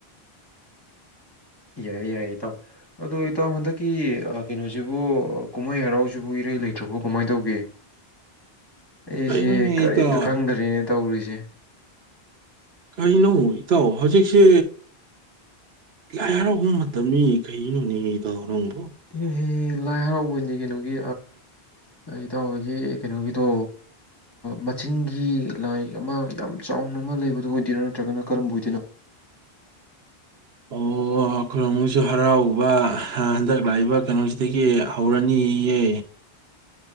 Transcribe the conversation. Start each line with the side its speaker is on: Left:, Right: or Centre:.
Left: ꯌꯥꯏꯌꯦ ꯌꯥꯏꯌꯦ ꯏꯇꯥꯎ ꯑꯗꯣ ꯏꯇꯥꯎ ꯍꯟꯗꯛꯀꯤ ꯀꯩꯅꯣꯁꯤꯕꯨ ꯀꯨꯝꯍꯩ ꯍꯔꯥꯎꯁꯤꯕꯨ ꯏꯔꯩ ꯂꯩꯇ꯭ꯔꯕꯣ ꯀꯃꯥꯏꯅ ꯇꯧꯒꯦ ꯑꯩꯁꯦ
Right: ꯀꯩꯅꯣꯅꯦ
Left: ꯀꯔꯤꯝꯇ
Right: ꯏꯇꯥꯎ
Left: ꯈꯪꯗꯔꯤꯅꯦ ꯇꯧꯔꯤꯁꯦ <inaudible>
Right: ꯀꯩꯅꯣ ꯏꯇꯥꯎ ꯍꯧꯖꯤꯛꯁꯦ ꯂꯥꯏ ꯍꯔꯥꯎꯕ ꯃꯇꯝꯅꯤ ꯀꯅꯣꯅꯦ ꯏꯇꯥꯎ ꯅꯪꯕꯣ
Left: ꯑꯦꯍꯦꯍꯦ ꯂꯥꯏ ꯍꯔꯥꯎꯕꯅꯤ ꯀꯩꯅꯣꯒꯤ ꯏꯇꯥꯎꯍꯣꯏꯒꯤ ꯀꯩꯅꯣꯒꯤꯗꯣ ꯃꯆꯤꯟꯒꯤ ꯂꯥꯏ ꯑꯃ ꯌꯥꯝ ꯆꯥꯎꯅ ꯑꯃ ꯂꯩꯕꯗꯨ ꯑꯣꯏꯗꯣꯏꯔꯣ ꯅꯠꯇ꯭ꯔꯒꯅ ꯀꯔꯝꯕ ꯑꯣꯏꯗꯣꯏꯅꯣ
Right: ꯑꯣ ꯑꯩꯈꯣꯏꯔꯣꯝꯒꯤꯁꯨ ꯍꯔꯥꯎꯕ ꯍꯟꯗꯛ ꯂꯥꯛꯏꯕ ꯀꯩꯅꯣꯁꯤꯗꯒꯤ ꯍꯧꯔꯅꯤꯌꯦ